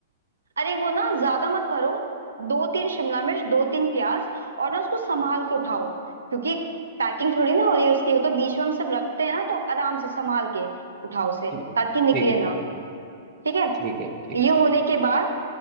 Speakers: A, on the right; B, on the right.
A: अरे वो ना ज्यादा मत भरो दो तीन शिमला मिर्च दो तीन प्याज और ना उसको संभाल के उठाओ क्योंकि पैकिंग थोड़ी ना हो रही है उसकी वो तो बीच में हम सब रखते हैं ना तो आराम से संभाल के उठाओ उसे
B: ठीक है
A: ताकि निकले
B: ठीक है
A: ना ठीक है
B: ठीक है ठीक है
A: ये
B: ठीक
A: होने के बाद